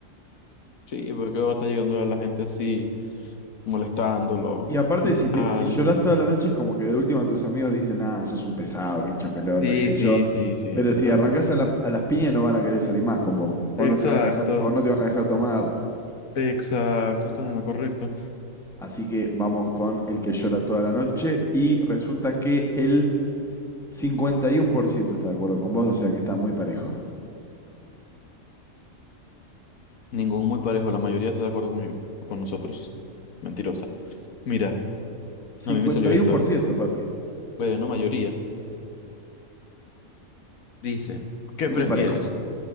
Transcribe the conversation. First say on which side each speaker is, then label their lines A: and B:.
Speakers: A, on the left; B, in the centre.
A: Sí, porque va a estar llegando a la gente así, molestándolo
B: Y aparte,
A: y
B: si,
A: tal.
B: te, si llorás toda la noche, es como que de última tus amigos dicen, ah, sos un pesado, que hincha pelota,
A: Sí,
B: qué sé
A: sí,
B: yo.
A: sí, sí,
B: Pero
A: total.
B: si arrancás a, la- a las piñas, no van a querer salir más con vos. O
A: Exacto,
B: no te van a dejar, o no te van a dejar tomar.
A: exacto, estás en lo correcto.
B: Así que vamos con el que llora toda la noche y resulta que el 51% está de acuerdo con vos, o sea que está muy parejo.
A: Ningún muy parejo, la mayoría está de acuerdo conmigo o con nosotros. Mentirosa. Mira,
B: Cincuenta
A: a mí me salió
B: y
A: esta.
B: uno por ciento, papi.
A: Bueno, mayoría. Dice, ¿qué
B: Muy
A: prefieres?
B: parejo.